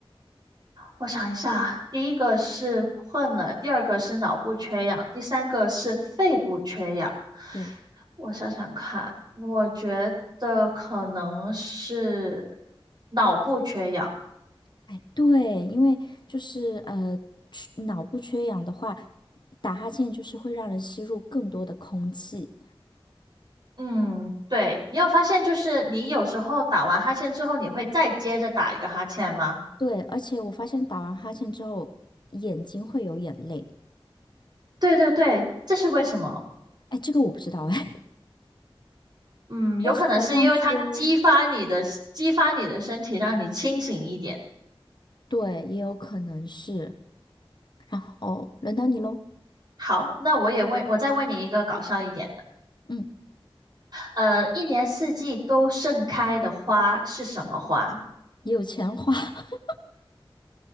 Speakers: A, on the right; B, on the left.
A: 我想一下啊，第一个是困了，第二个是脑部缺氧，第三个是肺部缺氧。
B: 对，
A: 我想想看，我觉得可能是脑部缺氧。
B: 哎，对，因为就是呃，缺脑部缺氧的话，打哈欠就是会让人吸入更多的空气。
A: 嗯，对，你有发现就是你有时候打完哈欠之后，你会再接着打一个哈欠吗？
B: 对，而且我发现打完哈欠之后，眼睛会有眼泪。
A: 对对对，这是为什么？
B: 哎，这个我不知道哎，
A: 嗯，
B: <laughs>
A: 有可能是因为它激发你的激发你的身体，
B: 但是好像说，
A: 让你清醒一点。
B: 对，也有可能是。然后轮到你喽。
A: 好，那我也问，我再问你一个搞笑一点的，
B: 嗯。
A: 呃，一年四季都盛开的花是什么花？
B: 有钱花，<laughs>